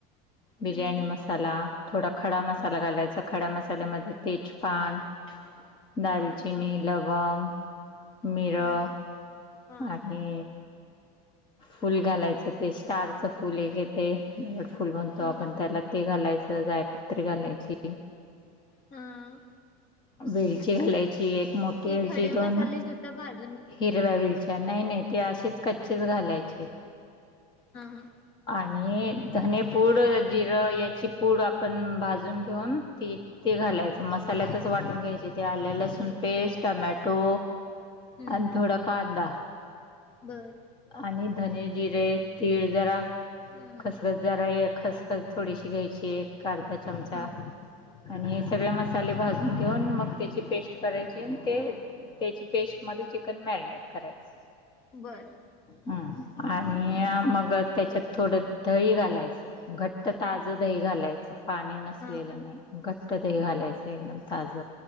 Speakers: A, on the left; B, on the left.
A: बिर्याणी
B: हम्म
A: मसाला, थोडा खडा मसाला
B: हा
A: घालायचा. खडा मसाल्यामध्ये तेजपान, दालचिनी,
B: हा
A: लवंग मिरं
B: हा हा
A: आणि फुल घालायचं ते स्टारच फुल एक येते फुल म्हणतो
B: हा
A: आपण त्याला ते घालायच जायपत्री घालायची.
B: हा
A: वेलची घालायची एक मोठी
B: एक
A: वेलची
B: खडे
A: दोन
B: मसाले सुटं भाज
A: हिरव्या वेलच्या, नाही नाही ते असेच कच्चेच घालायचे.
B: हम् हम्.
A: आणि धनेपूड, जिरं याची पूड आपण भाजून घेऊन ते घा लायच मसाल्यातच वाटून घ्यायचे ते आलं
B: ठीक
A: लसूण पेस्ट,
B: आहे
A: टमॅटो
B: हम्म
A: आणि थोडा कांदा.
B: बर.
A: आणि धने, जिरे, तीळ जरा
B: हम्म
A: खसखस जरा खसखस थोडीशी घ्यायची एक अर्धा चमचा
B: हा
A: आणि हे सगळे मसाले भाजून घेऊन मग त्याची पेस्ट करायची ते त्याची पेस्ट मध्ये चिकन मॅरिनेट करायचं.
B: बरं.
A: ह आणि मग त्याच्यात थोडं दही घालायचं. घट्ट ताजं
B: हा
A: दही घालायचं पाणी नसलेलं
B: हा
A: नाही घट्ट दही
B: हा
A: घालायचं एकदम. ताज